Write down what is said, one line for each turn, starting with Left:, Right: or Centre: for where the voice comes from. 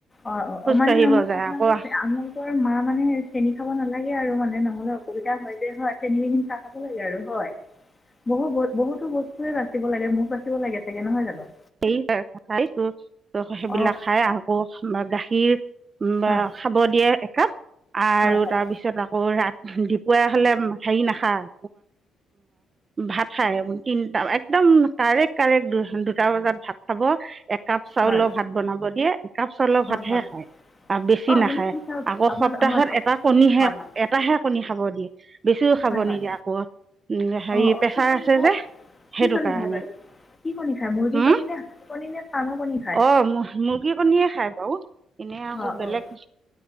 Left: অঁ
Right: খোজকাঢ়িব
Left: অ। মানে নহ'লে
Right: যায়
Left: আপোনালোকে,
Right: আকৌ
Left: আপোনালোকৰ মা মানে চেনি খাব নালাগে আৰু মানে নহ'লে অসুবিধা হয় যে হয় চেনি নিদি চাহ খাব লাগে আৰু হয়। বহু ব, বহুতো বস্তুয়ে বাচিব লাগে, মুখ বাচিব লাগে চাগে। নহয় জানো?
Right: সেই খাইছো ত সেইবিলাক
Left: অঁ
Right: খাই আকৌ আমাৰ গা সি বা,
Left: অঁ
Right: খাব দিয়ে। হাঁ! আৰু,
Left: হয় হয়
Right: তাৰ পিছত আকৌ ৰাতি দিপৱীয়া হ'লে হেৰি নাখায়। ভাত খায় তিনিটা, একদম কাৰেক্ কাৰেক্ট দুটা বজাত ভাত খাব। একাপ চাউলৰ
Left: হয়
Right: ভাত বনাব দিয়ে। একাপ চাওল
Left: হয়
Right: ভাতহে
Left: হয়
Right: খায়, বা বেছি
Left: অঁ আপুনি
Right: নাখায়।
Left: কি চাহ
Right: আকৌ
Left: আপোনাৰ
Right: সপ্তাহত
Left: হয় আপ-
Right: এটা কণীহে,
Left: হয় হয়
Right: এটাহে কণী খাব দিয়ে। বেছিও খাব
Left: হয় হয়
Right: নিদিয়ে আকৌ, উম। হেৰি
Left: অঁ অঁ
Right: প্ৰেছাৰ
Left: কি কণী
Right: আছে
Left: খায়
Right: যে সেইটো
Left: কি কণী
Right: কাৰণে।
Left: খায় বাৰু কি কণী খায় মুৰ্গী
Right: হম।
Left: কণী নে হাঁহৰ কণী নে ফাৰ্মৰ কণী খায়
Right: অ'! মুৰ্গী কণীয়ে খায় বাৰু? এনেই আকৌ
Left: অঁ
Right: বেলেগ
Left: অঁ